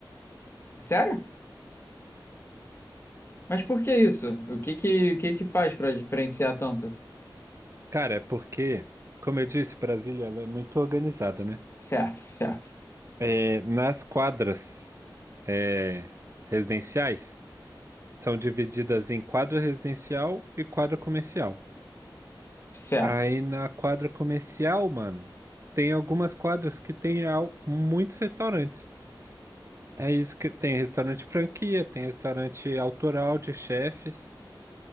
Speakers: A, on the left; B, on the right.
A: Sério? Mas por que isso? O que que, o que que faz pra diferenciar tanto?
B: Cara, é porque, como eu disse, Brasília ela é muito organizada, né?
A: Certo, certo,
B: É, nas quadras é, residenciais. São divididas em quadra residencial e quadra comercial.
A: certo.
B: Aí na quadra comercial, mano, tem algumas quadras que tem al- muitos restaurantes. É isso que tem restaurante franquia, tem restaurante autoral de chefes.